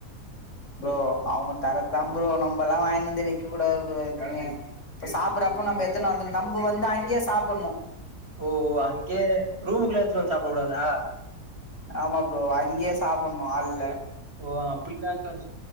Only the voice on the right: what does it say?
ஓ ஓ அங்யே ரூமுகுள்ளே எத்துன் வந் சாப்ட கூடாதா
ஓ அப்பின்னா கஷ்